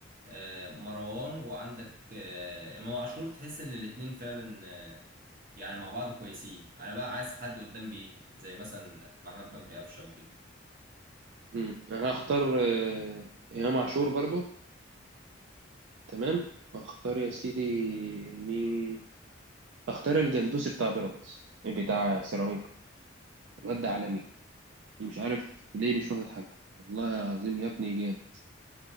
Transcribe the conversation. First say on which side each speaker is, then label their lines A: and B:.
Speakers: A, on the right; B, on the right.
A: آه، مروان وعندك آه، امام عاشور تحس ان الاتنين فعلا آه، يعني مع بعض كويسين انا بقى عايز حد قدام بينهي زي مثلا محمد مجدي قفشه وكده
B: امم انا هختار آه، إمام عاشور برضه تمام واختار يا سيدي مين اختار الجندوسي بتاع بيراميدز بتاع سيراميكا الواد ده عالمي مش عارف ليه مش واخد حقه والله العظيم يا ابني جامد